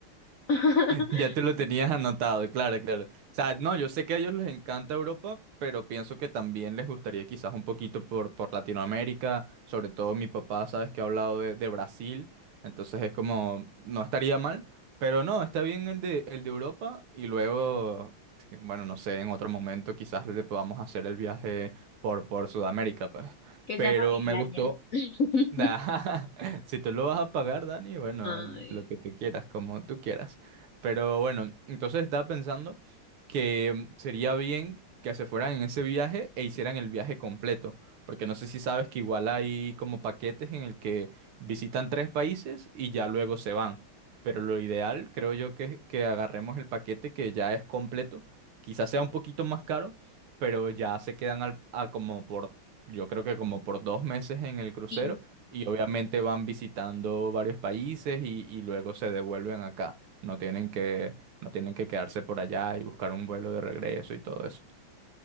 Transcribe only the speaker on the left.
<laughs>
que
sea familiar
ya. <laughs>
Ay,
sí.